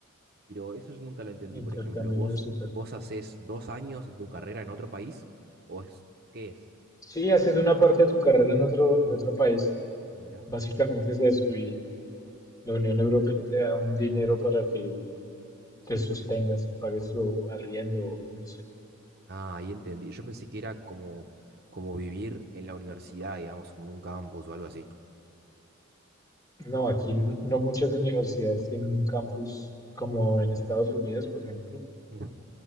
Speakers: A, on the right; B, on the left.
A: pero eso yo nunca lo entendí,
B: intercambio
A: por ejemplo, ¿vos,
B: universitario.
A: vos hacés dos años de tu carrera en otro país? ¿O es, qué es?
B: Sí, haces una parte de tu carrera en otro, en otro país,
A: Mirá.
B: básicamente es eso, y la Unión Europea te da un dinero para que te sostengas, pagues tu arriendo, no sé.
A: Ah, ahí entendí. Yo pensé que era como, como vivir en la universidad, digamos, como en un campus o algo así.
B: No, aquí n- no muchas universidades tienen un campus como en Estados Unidos, por ejemplo,
A: Ujú.